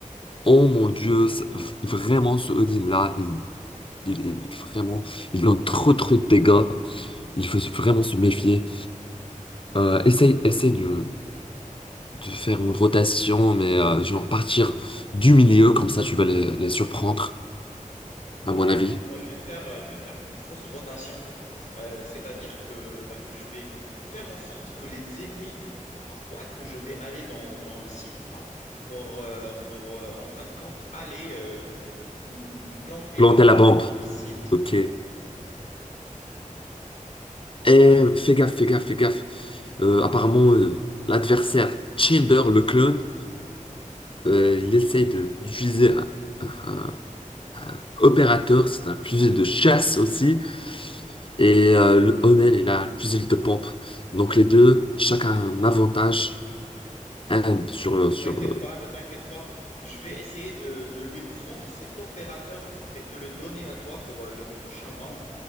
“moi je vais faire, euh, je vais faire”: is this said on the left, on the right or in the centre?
Left